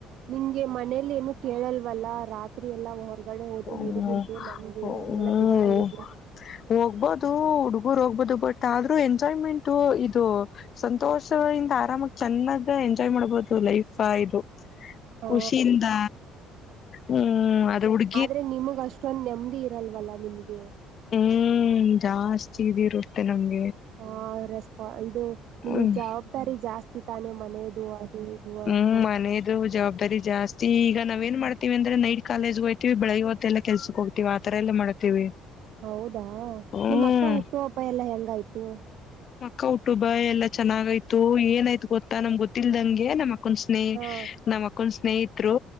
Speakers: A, on the right; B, on the left.
A: ನಿಂಗೆ ಮನೇಲಿ ಏನು ಕೇಳಲ್ವಲ್ಲಾ ರಾತ್ರಿ ಎಲ್ಲಾ ಹೊರಗಡೆ ಹೋದ್ರೆ
B: ಹ್ಮ
A: ಹುಡುಗರ್ಗೆ ನವ್ಗೆ
B: ಹ್ಮ್
A: ಅವಗೆಲ್ಲ ಬಿಡತೆ ಇಲ್ಲ
B: ಹೋಗ್ಬೋದು ಹುಡ್ಗುರು ಹೋಗ್ಬೋದು ಬಟ್ ಆದ್ರೂ ಎಂಜಾಯ್ಮೆಂಟ್ ಇದು ಸಂತೋಷ ಇಂದ ಆರಾಮಾಗ ಚೆನ್ನಾಗ ಎಂಜಾಯ್ ಮಾಡ್ಬಹದು ಲೈಫ್ ಇದು
A: ಹಾ
B: ಖುಷಿಯಿಂದ ಹ್ಮ್ ಅದ ಉಡಿ
A: ಆದ್ರೆ ನಿಮಗ್ ಅಷ್ಟೊಂದ್ ನೆಮ್ಮದಿ ಇರಲ್ವಲ್ಲ ನಿಮ್ಗೆ
B: ಹ್ಮ್ ಜಾಸ್ತಿ ಇದಿ ಇರುತ್ತೆ ನಮಗೆ
A: ಹಾ ರೆಸ್ಪಾ ಇದು ನಿಮಗ್
B: ಹ್ಮ್
A: ಜವಾಬ್ದಾರಿ ಅ ತಾನೆ ಮನೆಯದು ಅದು ಇದು ಅಂತ
B: ಹ್ಮ್ ಮನೇದು ಜವಾಬ್ದಾರಿ ಜಾಸ್ತಿ ಈಗ ನಾವ ನ್ ಮಾಡ್ತೀವಿ ಅಂದ್ರೆ ನೈಟ್ ಕಾಲೇಜ್ ಹೋಗ್ತತಿವಿ ಬೆಳಗ್ ಹೊತ್ತ ಎಲ್ಲ ಕೆಲ್ಸಕ್ ಹೋಗ್ತಿವಿ ಆ ತರ ಎಲ್ಲ ಮಾಡ್ತೀವಿ
A: ಹೌದಾ
B: ಹ್ಮ್
A: ನಿಮ್ಮ ಅಕ್ಕ ಹುಟ್ಟು ಹಬ್ಬ ಎಲ್ಲಾ ಹೆಂಗಾಯ್ತು
B: ಕೌಟುಂಬ ಎಲ್ಲಾ ಚೆನ್ನಾಗಾಯ್ತು ಏನಾಯ್ತು ಗೊತ್ತಾ ನಮ್ ಗೊತ್ತಿಲ್ದಂಗೆ ನಮ್ಮಕ್ಕ ಅಕ್ಕಂದ ಸ್ನೇಹಿ
A: ಹಾ
B: ನಮ್ಮ್ ಅಕ್ಕಂದ ಸ್ನೇಹಿತರು